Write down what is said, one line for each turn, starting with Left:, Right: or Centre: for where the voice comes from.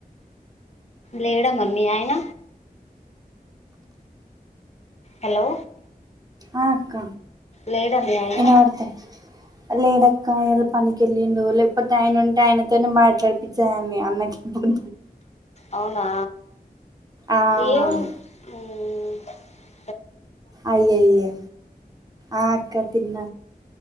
Left: లేడా మరీ మీ ఆయన హలో
Right: ఆ అక్క
Left: లేడా మీ ఆయన
Right: వినబడతాది లేదక్కా ఏదో పనికి వెళ్ళిడు లేకపోతే ఆయన ఉంటే ఆయనతోనే మాట్లాడిపించే దాన్ని అన్నకి ఇప్పుడు
Left: అవునా
Right: ఆ
Left: ఏం ఉంది
Right: అయ్యయ్యో ఆ అక్క తిన్న